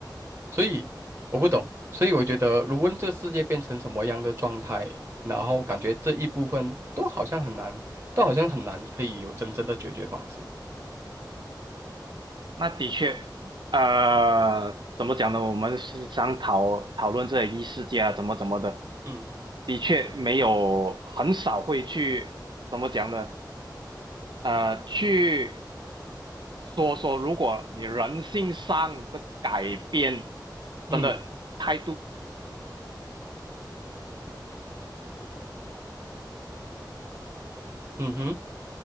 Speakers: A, on the right (about 35°); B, on the right (about 80°).
A: 所以我不懂，所以我觉得，如果这个世界变成什么样的状态，然后感觉这一部分都好像很难，都好像很难可以有真正的解决方式。
B: 那的确，呃，怎么讲呢？我们是常讨讨论这些异世界啊，怎么怎么的，
A: 嗯
B: 的确没有很少会去怎么讲呢？呃，去说说，如果你人性上的改变
A: 嗯
B: 真的态度
A: 嗯哼，